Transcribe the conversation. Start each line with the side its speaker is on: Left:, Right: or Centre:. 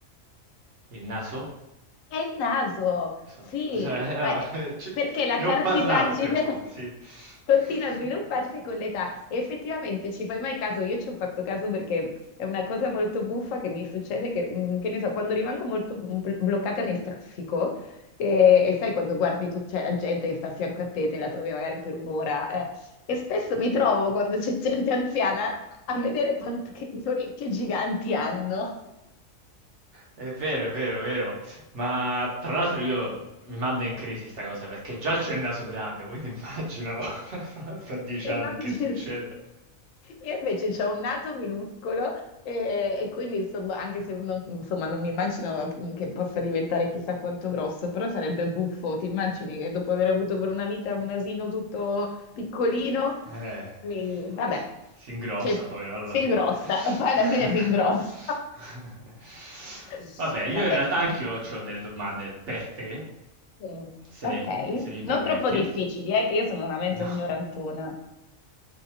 Right: Il naso?
Left: È il naso,
Right: So.
Left: sì,
Right: Cioè, eh, no,
Left: ma è-
Right: <laughs> ci-
Left: perché la
Right: ne
Left: cartilagine
Right: ho parlato tempo
Left: <laughs>
Right: fa, sì.
Left: continua
Right: <laughs>
Left: a svilupparsi con l'età e effettivamente ci fai mai caso? Io ci ho fatto caso perché è una cosa molto buffa che mi succede che, mm, che ne so, quando rimango molto mm, bl- bloccata nel traffico e, e sai quando guardi tu, c'è la gente che sta a fianco a te, te la trovi magari per un'ora eh, e spesso mi trovo quando c'è gente anziana a vedere quante che orecchie giganti hanno.
Right: È vero, è vero, è vero. Ma tra l'altro io mi manda in crisi sta cosa perché già c'ho il naso grande, quindi immagino <laughs> fra fra dieci
Left: <laughs> Immagino.
Right: anni che succede.
Left: Io invece ho un naso minuscolo e, e quindi insomma, anche se non, insomma, non mi immagino che possa diventare chissà quanto grosso, però sarebbe buffo. Ti immagini che dopo aver avuto per una vita un asino tutto piccolino,
Right: Eh,
Left: mi- vabbè,
Right: s si ingrossa
Left: cioè,
Right: poi, no, alla
Left: si
Right: fine.
Left: ingrossa,
Right: <laughs>
Left: poi alla fine si ingrossa. <laughs>
Right: Vabbè, io
Left: Vabbè.
Right: in realtà anch'io c'ho delle domande per te,
Left: Mm,
Right: se
Left: Ok,
Right: se mi
Left: non
Right: permetti.
Left: troppo difficili, eh, che io sono una mezza
Right: No.
Left: ignorantona.